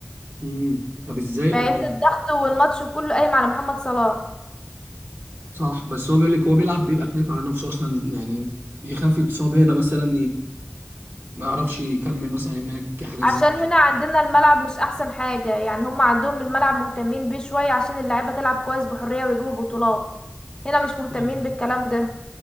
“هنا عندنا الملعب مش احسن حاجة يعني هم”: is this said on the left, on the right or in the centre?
Left